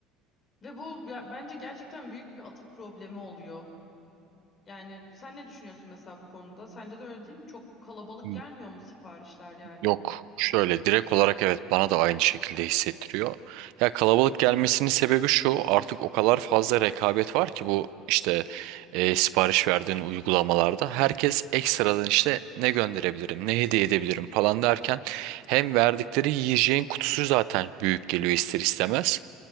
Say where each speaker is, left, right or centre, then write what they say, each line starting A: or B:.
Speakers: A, on the left; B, on the right.
A: Ve bu ya- bence gerçekten büyük bir atık problemi oluyor. Yani sen ne düşünüyorsun mesela bu konuda? Sence de öyle değil mi? Çok kalabalık
B: Hmm,
A: gelmiyor mu siparişler yani?
B: Yok şöyle direkt olarak evet bana da aynı şekilde hissettiriyor. Ya kalabalık gelmesinin sebebi şu artık o kadar fazla rekabet var ki bu işte e, sipariş verdiğin uygulamalarda herkes ekstradan işte ne gönderebilirim ne hediye edebilirim falan derken hem verdikleri yiyeceğin kutusu zaten büyük geliyor ister istemez.